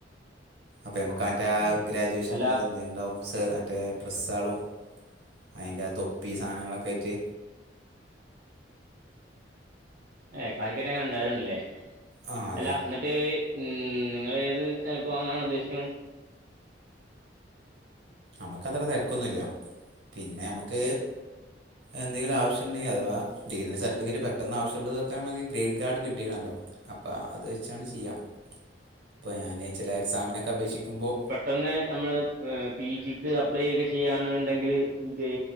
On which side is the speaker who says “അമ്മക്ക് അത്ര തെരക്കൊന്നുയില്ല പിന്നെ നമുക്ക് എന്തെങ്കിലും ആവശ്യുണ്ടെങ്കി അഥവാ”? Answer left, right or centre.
Right